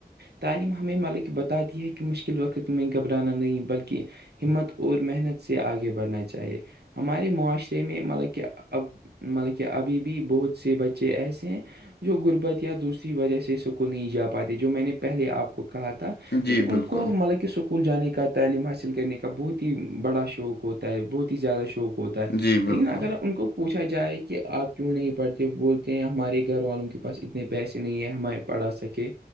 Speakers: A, on the right (about 80°); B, on the left (about 85°).
A: تعلیم ہمیں ملک بتاتی ہے کہ مشکل وقت میں گھبرانا نہیں بلکہ ہمت اور محنت سے آگے بڑھنا چاہیے ہمارے معاشرے میں مطلب کہ اب مطلب کہ ابھی بھی بہت سے بچے ایسے ہیں جو غربت یا دوسری وجہ سے سکول نہیں جا آتے جو میں نے پہل آپ کو کہا تھا لیکن
B: جی
A: ان
B: بالکل
A: کو مطلب کہ سکھ اسکول جانے کا تعلیم حاصل کرنے کا بہت ہی بڑا شوق ہوتا ہے بہت ہی زیادہ شوق شوک ہوتا ہے
B: جی
A: لیکن
B: بالکل
A: اگر ان کو پوچھا جائے کہ آپ کیوں نہیں پڑھتے بولتے ہیں ہمارے گھر والوں کے پاس ا نے پیسے نہیں ہے ہما پڑا سکے